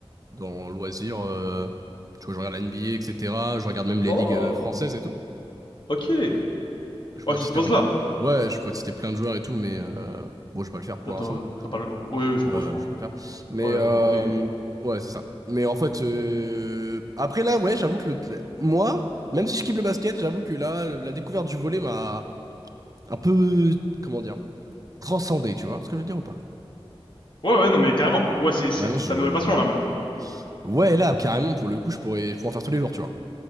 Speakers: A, on the right; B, on the left.
A: dans loisirs. euh, tu vois, je regarde la NBA, etc. Je regarde même les
B: Oh,
A: ligues euh, françaises et tout.
B: Ok.
A: Je pourrais
B: Oh, tu
A: te citer
B: te poses
A: un peu.
B: là.
A: Ouais, je pourrais te citer plein de joueurs et tout, mais euh, bon, je vais pas le faire pour
B: attends,
A: l'instant.
B: t'as pas le... Oui, oui, je
A: Ouais,
B: comprends, je comprends.
A: je vais pas le faire. Mais
B: Ouais,
A: euh,
B: bah oui.
A: ouais, c'est ça. Mais en fait, euh, après là, ouais, j'avoue que le... le- moi, même si je kiffe le basket, j'avoue que là, euh, la découverte du volley m'a un peu, comment dire, transcendé, tu vois ce que je veux dire ou pas?
B: Ouais, ouais, non, mais carrément. Ouais, c'est, c'est
A: Maintenant, je...
B: ta nouvelle passion là maintenant.
A: Ouais, là, carrément, pour le coup, je pourrais, je pourrais en faire tous les jours, tu vois.